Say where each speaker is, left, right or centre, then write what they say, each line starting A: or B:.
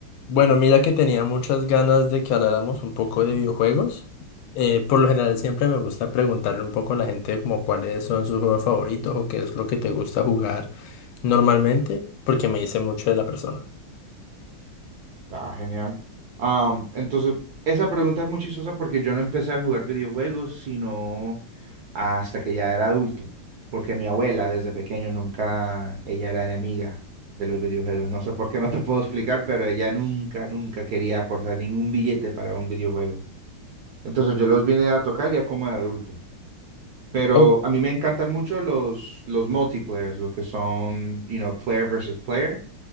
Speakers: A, on the left (about 80°); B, on the right (about 60°).
A: Bueno, mira que tenía muchas ganas de que habláramos un poco de videojuegos. Eh, por lo general siempre me gusta preguntarle un poco a la gente como cuáles son sus juegos favoritos o qué es lo que te gusta jugar normalmente, porque me dice mucho de la persona.
B: Ah, genial. Am, entonces, esa pregunta es muy chistosa porque yo no empecé a jugar videojuegos sino hasta que ya era adulto, porque mi abuela desde pequeño nunca, ella era enemiga de los videojuegos. No sé por qué, no te puedo explicar, pero ella nunca, nunca quería aportar ningún billete para un videojuego. Entonces yo los vine a tocar ya como de adulto. Pero
A: Oh,
B: a mí me encantan mucho los, los multiplayers, los que son, you know, player versus player.